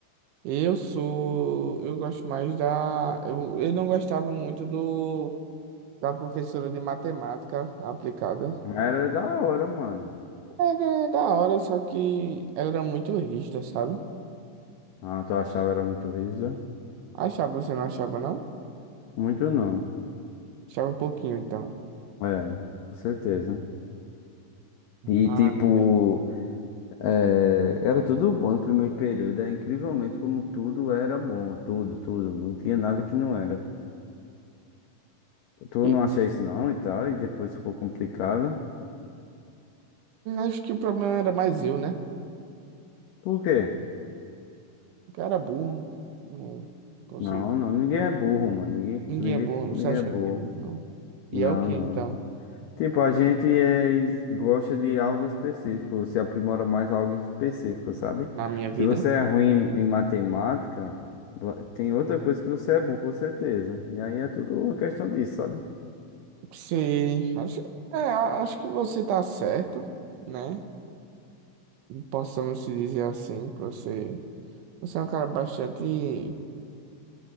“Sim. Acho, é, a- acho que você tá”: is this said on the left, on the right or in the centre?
Right